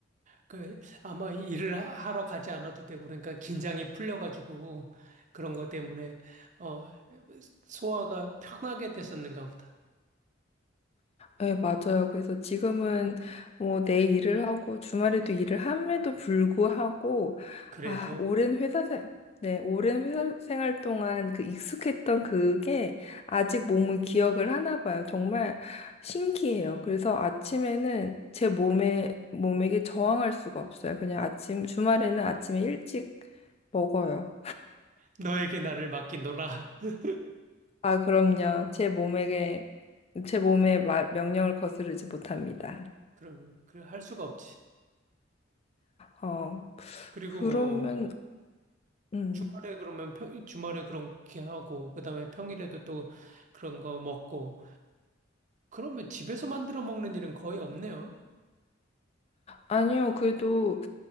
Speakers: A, on the right (about 40°); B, on the left (about 30°).
A: 그 아마 이 일을 하- 하러 가지 않아도 되고 그러니까 긴장이 풀려가지고 그런 것 때문에 어 소화가 편하게 됐었는가 보다.
B: 네, 맞아요. 그래서 지금은 뭐 내 일을 하고 주말에도 일을 함에도 불구하고
A: 그래도
B: 아, 오랜 회사 생 네, 오랜 회사 생활 동안 그 익숙했던 그게 아직 몸은 기억을 하나 봐요. 정말 신기해요. 그래서 아침에는 제 몸에 몸에게 저항할 수가 없어요. 그냥 아침 주말에는 아침에 일찍 먹어요.
A: 너에게 나를 맡긴노라. <laughs>
B: 아, 그럼요. 제 몸에게 제 몸에 말, 명령을 거스르지 못합니다.
A: 그러면 그할 수가 없지.
B: 아,
A: 그리고
B: 그러면,
A: 뭐
B: 음.
A: 주말에 그러면 평, 주말에 그렇게 하고 그다음에 평일에도 또 그런 거 먹고 그러면 집에서 만들어 먹는 일은 거의 없네요.
B: 아니요, 그래도,